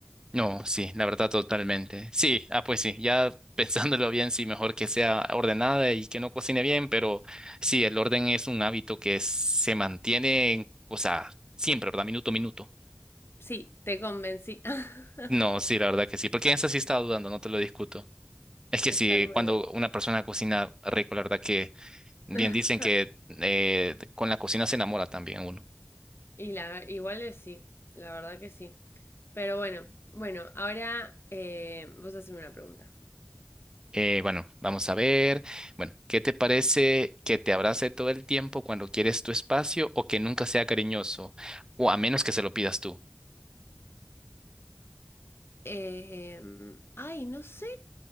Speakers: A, on the right; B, on the left.
A: No, sí, la verdad totalmente. Sí, ah, pues sí, ya <laughs> pensándolo bien, sí, mejor que sea ordenada y que no cocine bien, pero sí, el orden es un hábito que se mantiene, en- o sea, siempre, ¿verdad? Minuto a minuto.
B: Sí, te convencí. <laughs>
A: No, sí, la verdad que sí, porque en esa sí estaba dudando, no te lo discuto. Es
B: Está
A: que si
B: muy
A: cuando
B: bien.
A: una persona cocina rico, la verdad que bien
B: <laughs>
A: dicen que eh, con la cocina se enamora también uno.
B: Y la, igual es sí, la verdad que sí. Pero bueno, bueno, ahora eh, vos haceme una pregunta.
A: Eh, bueno, vamos a ver. Bueno, ¿qué te parece que te abrace todo el tiempo cuando quieres tu espacio o que nunca sea cariñoso? O a menos que se lo pidas tú.
B: Eh, em, ay, no sé.